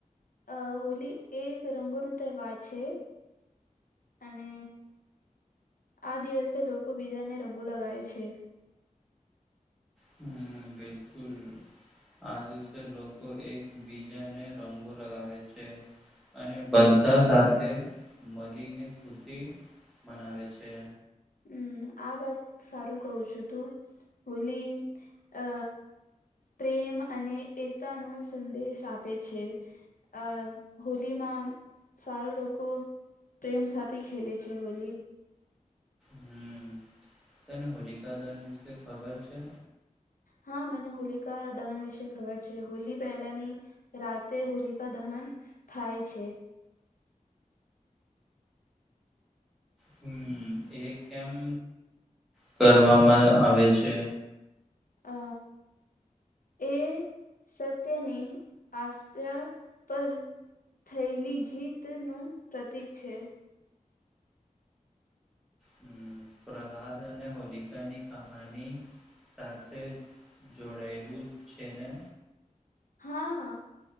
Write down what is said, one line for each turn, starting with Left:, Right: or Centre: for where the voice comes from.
Left: અ હોલી એ એક રંગોનો તહેવાર છે અને આ દિવસે લોકો બીજાને રંગો લગાવે છે.
Centre: હમ બિલકુલ. આ દિવસે લોકો એક બીજાને રંગો લગાવે છે. અને બધા સાથે મળીને ખુશી મનાવે છે.
Left: હમ આ વાત સારું કવું છું તું હોલી અ પ્રેમ અને એકતા નો સંદેશ આપે છે. અ હોલીમાં સારો લોકો પ્રેમ સાથે ખેલેે છે હોલી.
Centre: હમ તને હોલિકા દહન વિશે ખબર છે?
Left: હા મને હોલિકા દહન વિશે ખબર છે હોલી પહેલાની રાતે હોલિકા દહન થાય છે.
Centre: હમ એ કેમ કરવામાં આવે છે?
Left: અ એ સત્યની આસ્થા પર થયેલી જીતનું પ્રતિક છે.
Centre: હમ પ્રહલાદ અને હોલિકાની કહાની સાથે જોડાયેલું છે ને.
Left: હા હ